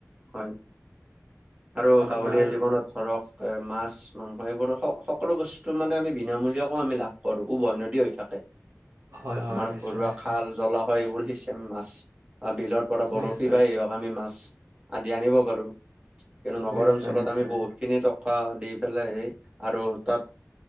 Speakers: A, on the right; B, on the right.
A: হয়, আৰু
B: আপোনাৰ
A: গাৱলীয়া জীৱনত ধৰক এ মাছ মাংস এইবোৰ সকলো বস্তু মানে আমি বিনামূলীয়াকৌ আমি লাভ ঘৰ উভৈনদী হৈ থাকে।
B: হয়
A: তোমাৰ
B: হয় নিশ্চয়
A: ঘৰুৱা
B: নিশ্চয়
A: খাল জলাশয় এইবোৰ সিচম মাছ বা বিলৰ পৰা বৰশী
B: নিশ্চয়
A: বাই হওঁক আমি মাছ আদি আনিব পাৰো, কিন্তু নগৰ
B: নিশ্চয়
A: অঞ্চলত
B: নিশ্চয়
A: আমি বহুত খিনি টকা দি পেলাই সেই, আৰু তাত